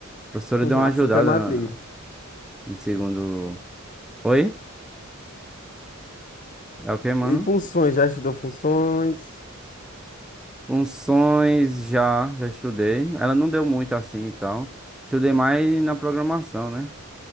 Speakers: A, in the centre; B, on the left.
A: A professora
B: <laughs> O
A: deu uma
B: assunto
A: ajudada
B: é matriz.
A: na- no segundo. Oi? É o que, mano?
B: E funções, já estudou funções,
A: Funções já, já estudei. Ela não deu muito assim e tal. Estudei mais na programação, né?